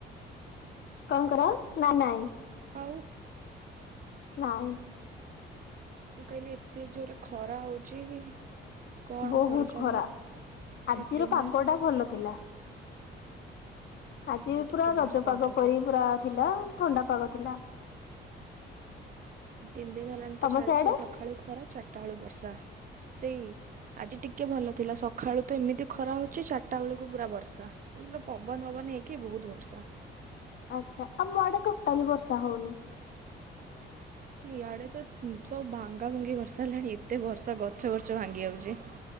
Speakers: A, on the left; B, on the right.
A: କଁ କର ନା ନାଇଁ।
B: ଆଉ।
A: ନାଇଁ।
B: ମୁଁ କହିଲି ଏତେ ଜୋରେ ଖରା ହଉଛି। କଣ
A: ବହୁତ
B: କରୁଛନ୍ତି
A: ଖରା
B: ଏତେ
A: ଆଜିର
B: ଡିନର୍।
A: ପାଗ ଟା ଭଲ ଥିଲା। ଆଜି
B: ଟିକେ
A: ପୁରା ରଜ
B: ବର୍ଷା
A: ପାଗ
B: ଉଠାଇଥିଲା।
A: ପରି ପୁରା ଥିଲା ଥଣ୍ଡା ପାଗ ଥିଲା।
B: ତିନି ଦିନ ହେଲାଣି ତ
A: ତମ
B: ଚାଲିଚ
A: ସିଆଡେ?
B: ସକାଳୁ ଖରା ଚାରିଟା ବେଳୁ ବର୍ଷା। ସେଇ। ଆଜି ଟିକେ ଭଲ ଥିଲା ସକାଳୁ ତ ଏମିତି ଖରା ହଉଛି ଚାରିଟା ବେଳକୁ ପୁରା ବର୍ଷା। ମାନେ ପୁରା ପବନ ପବନ ହେଇକି ବହୁତ ବର୍ଷା।
A: ଆଚ୍ଛା ଆମ ଆଡେ ଟୋଟାଲି ବର୍ଷା ହଉନି।
B: ଇଆଡେ ତ ସବୁ ଭାଙ୍ଗା ଭାଙ୍ଗି କରିସାରିଲାଣି ଏତେ ବର୍ଷା ଗଛ ବଛ ଭାଙ୍ଗି ଯାଉଛି।